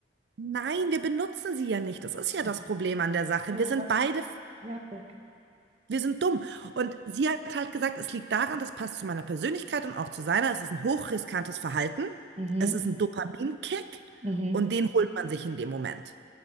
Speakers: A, on the right (about 65°); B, on the right (about 35°).
A: Nein, wir benutzen sie ja nicht. Das ist ja das
B: Ach,
A: Problem an der Sache.
B: Ja,
A: Wir
B: du
A: sind
B: machst
A: beide
B: fertig.
A: Wir sind dumm. Und sie hat halt gesagt, es liegt daran, das passt zu meiner Persönlichkeit und auch zu seiner. Es ist ein hochriskantes Verhalten.
B: Mhm.
A: Es ist ein Dopaminkick
B: Mhm.
A: und den holt man sich in dem Moment.